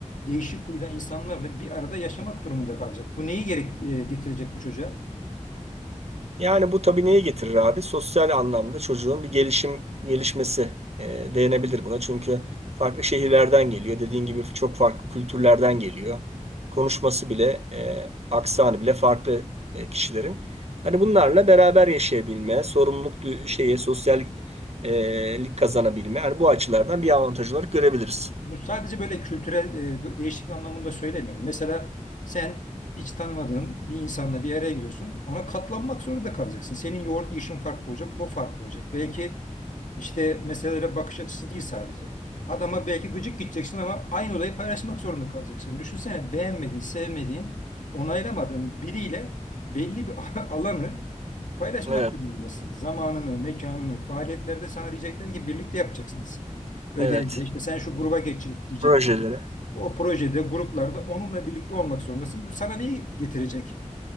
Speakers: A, on the left; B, on the right.
A: değişik huyda insanlarla bir arada yaşamak durumunda kalacak. Bu neyi gerek e, getirecek bu çocuğa?
B: Yani bu tabii neyi getirir abi? Sosyal anlamda çocuğun bir gelişim gelişmesi e, denebilir buna. Çünkü farklı şehirlerden geliyor. Dediğin gibi çok farklı kültürlerden geliyor. Konuşması bile, e, aksanı bile farklı e, kişilerin. Hani bunlarla beraber yaşayabilme, sorumluluk du- şeye, sosyal e, lik kazanabilme. Hani bu açılardan bir avantaj olarak görebiliriz.
A: Bu sadece böyle kültürel e, değişiklik anlamında söylemiyorum. Mesela sen hiç tanımadığın bir insanla bir araya giriyorsun. Ona katlanmak zorunda kalacaksın. Senin yoğurt yiyişin farklı olacak, o farklı olacak. Belki İşte meselelere bakış açısı değil sadece. Adama belki gıcık gideceksin ama aynı olayı paylaşmak zorunda kalacaksın. Düşünsene beğenmediğin, sevmediğin, onaylamadığın biriyle belli bir <laughs> alanı paylaşmak
B: Evet,
A: durumundasın. Zamanını, mekanını, faaliyetlerde sana diyecekler ki birlikte yapacaksınız. Ödevde
B: evet.
A: işte sen şu gruba geç diyecek.
B: Projeleri.
A: O projede, gruplarda onunla birlikte olmak zorundasın. Bu sana neyi getirecek?